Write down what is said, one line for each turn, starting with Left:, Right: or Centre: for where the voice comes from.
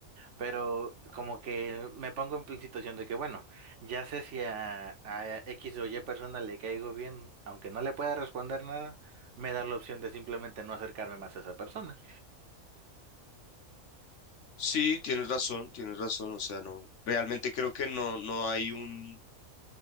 Right: Pero como que me pongo en pl- situación de que, bueno, ya sé si a, a X o Y persona le caigo bien, aunque no le pueda responder nada, me da la opción de simplemente no acercarme más a esa persona.
Left: Sí, tienes razón, tienes razón. O sea, no, realmente creo que no, no hay un,